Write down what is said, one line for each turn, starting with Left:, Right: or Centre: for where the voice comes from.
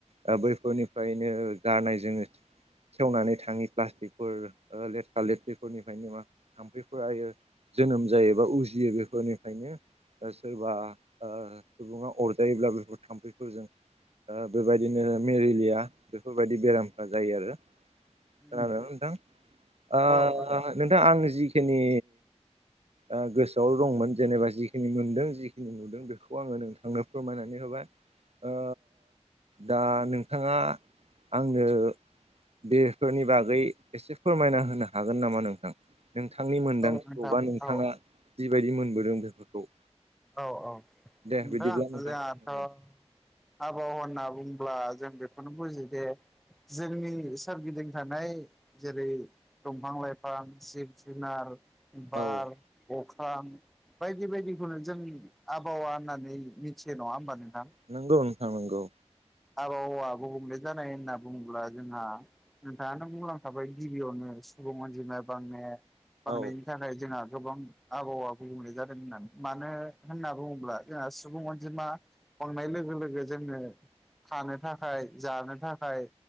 Right: ओ बैफोरनिफ्रायनो <unintelligible> सेवनानै थाङि प्लास्टिकफोर ओ लेथ्रा लेथ्रिफोरनिफ्रायनो मा थाम्फैफोरा यो जोनोम जायोबा उजियो बेफोरनिफ्रायनो। ओ सोरबा ओ सुबुुङा अरजायोब्ला बेफोर थाम्फैफोरजों ओ बेबायदिनो मेरिलिया बेफ फोरबायदि बेरामफ्रा जायो आरो खोनादों
Centre: उम
Right: ना नोंथां ओ
Centre: औ औ
Right: नोंथां आं जिखिनि ओ गोसोआव दंमोन जेनेबा जिखिनि मोनदों जिखिनि नुदों बेखौ आङो नोंथांनो फोरमायनानै होबाय। ओ दा नोंथाङा आंनो बेफोरनि बागै एसे फोरमायना होनो हागोन नामा नोंथां? नोंथांनि मोनदांथिखौ
Centre: नोंथां
Right: बा नोंथाङा
Centre: औ
Right: जिबायदि मोनबोदों बेफोरखौ
Centre: औ औ
Right: दे
Centre: नोंथां
Right: बिदिब्ला फोरमायना
Centre: <unintelligible> आबहावा होनना बुंब्ला जों बेखौनो बुजि दे जोंनि सोरगिदिं थानाय जेरै दंफां लाइफां जिब जुनार बार
Right: होदो। औ
Centre: अख्रां बायदि बायदिखौनो जों आबहावान होननानै मिथियो नङा होमबा नोंथां?
Right: नोंगौ नोंथां नोंगौ।
Centre: आबहावा गुबुंले जानाय होनना बुङोब्ला जोंहा नोंथाङानो बुंलांखाबाय गिबियावनो सुबुं अनजिमाया बांने बांनायनि
Right: औ
Centre: थाखाय जोंहा गोबां आबहावा गुबुंले जादों होननानै मानो होनना बुङोब्ला जोंहा सुबुं अनजिमा बांनाय लोगो लोगो जोंनो थानो थाखाय जानो थाखाय